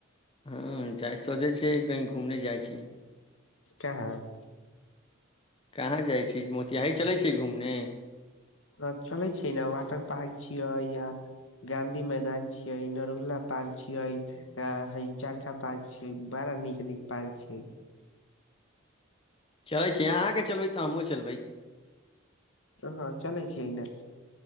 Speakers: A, on the left (about 25°); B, on the left (about 70°).
A: हाँ जाइ सोचै छियै कहीं घूमने जाइ छी
B: कहाँ
A: कहाँ जाइ छी मोतिहारी चलै छी घूमने
B: हाँ चलै छी ने वाटर पार्क छियै या गाँधी मैदान छियै नरुहुला पार्क छियै अ हैय चरखा पार्क छै बड़ा नीक नीक पार्क छै
A: चलै छियै अहाँके चलबै तऽ हमहूँ चलबै
B: हाँ चलै छियै ने